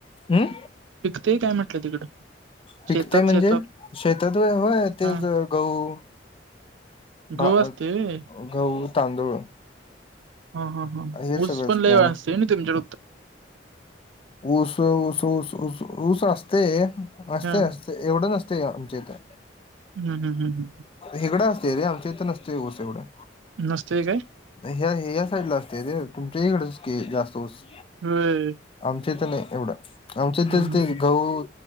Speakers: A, on the left (about 30°); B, on the right (about 85°).
A: हम्म.
B: पिकतेय काय म्हटलं तिकडं?
A: पिकतय
B: शेतात
A: म्हणजे
B: शेतात
A: शेतात व्हय ते
B: हा
A: गहू. भात,
B: गहू असतोय व्हय
A: गहू, तांदूळ
B: हां हां हां
A: हे
B: ऊस
A: सगळंच
B: पण
A: की
B: लयी
A: आणि
B: व्हय असतय किनी तुम्हच्या
A: ऊस ऊस ऊस ऊस ऊस असतय असतय
B: हा
A: अस एवढं नसतय घ्याआमच्या इथं.
B: हुं हुं हुं हुं.
A: हिगडं असतेय रे आमच्या इथं नसतोय ऊस एवढं.
B: नसतय काय?
A: ह्या हेज्या साईडला असतयं रे तुमच्या हिकडचकी जास्त ऊस.
B: होय.
A: आमच्या इथं नायी एवढं आमच्या इथे
B: हा
A: तेच
B: हा
A: ते गहू